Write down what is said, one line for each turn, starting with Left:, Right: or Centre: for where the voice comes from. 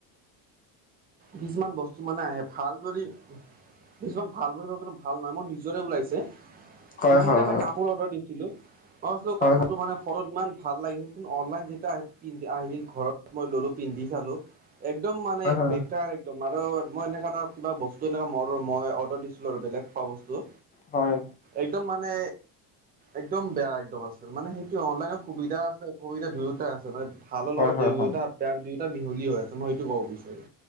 Right: কিছুমান বস্তু মানে আহে ভাল যদি। কিছুমান ভাল বুলি ভাবো কিন্তু ভাল নহয়, মোৰ নিজৰে ওলাইছে।
Left: হয়
Right: মই
Left: হয়
Right: মানে এটা কাপোৰ অৰ্ডাৰ দিছিলোঁ, মই ভাবিছিলোঁ
Left: হয়
Right: কাপোৰটো মানে ফটোত ইমান ভাল লাগিল। অনলাইন যেতিয়া আহিল পিন্ধি আহিল, ঘৰত মই ললোঁ পিন্ধি চালোঁ। একদম মানে
Left: হয় হয় হয়
Right: বেকাৰ। একদম আৰু মই এনেকা এটা কিবা বস্তু এনেকা মোৰ মই অৰ্ডাৰ দিছিলোঁ আৰু বেলেগ। খোৱা বস্তু।
Left: হয়
Right: একদম মানে একদম বেয়া একদম আছিল, মানে সেইটোৱে অনলাইনত সুবিধা আছে। অসুবিধা দুয়োটা আছে, মানে ভালৰ
Left: হয়
Right: লগত
Left: হয়
Right: দুয়োটা
Left: হয়
Right: বেয়া দুয়োটা মিহলি হৈ আছে, মই এইটো ক'ব বিচাৰিম।